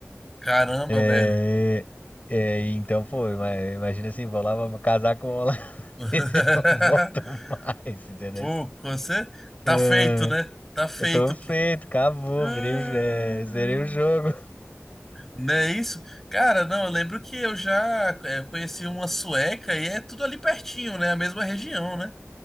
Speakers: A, in the centre; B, on the left (about 30°).
A: Caramba,
B: É,
A: velho.
B: é, então, pô, ima- imagina assim, vou lá, vou casar com um holandês
A: <laughs>
B: <laughs> e não volto mais, entendeu?
A: Pô, você tá
B: É,
A: feito, né? Tá feito.
B: eu tô feito,
A: pô.
B: acabou,
A: Ah,
B: virei, o- é, zerei o jogo.
A: Não é isso? Cara, não, eu lembro que eu já é, conheci uma sueca e é tudo ali pertinho, né? A mesma região, né?